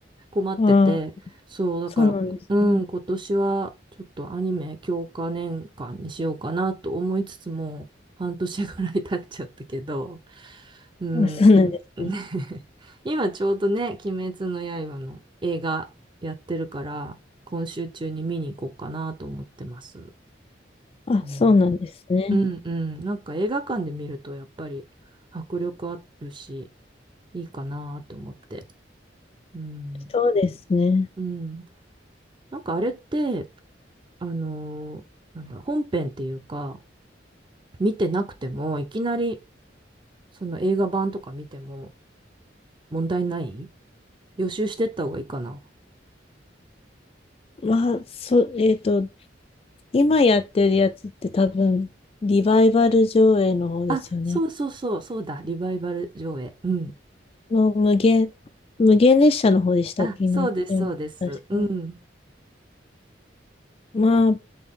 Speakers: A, on the right (about 25°); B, on the left (about 30°).
A: 困ってて、
B: ああ、
A: そう、だから、
B: そうなんですね。
A: うん、今年はちょっとアニメ強化年間にしようかなと思いつつも、半年ぐらい経っちゃったけど、うん、
B: あ、そうなんですね。
A: ね <laughs> 今ちょうどね、鬼滅の刃の映画やってるから、今週中に見に行こうかなと思ってます。
B: あ、
A: うん、
B: そうなんですね。
A: うん、うん、なんか映画館で見るとやっぱり迫力あるし、いいかなと思って。うん、
B: そうですね。
A: うん。なんかあれって、あのーなんだ、本編っていうか、見てなくても、いきなり、その映画版とか見ても問題ない予習してった方がいいかな。
B: まあ、そ、えっと、今やってるやつって多分、リバイバル上映の方ですよね。
A: あ、そうそうそう、そうだ、リバイバル上映。うん。
B: の無限、無限列車の方でしたっけ今やってるの
A: あ、そうです、そうです。うん。
B: 確か。まあ、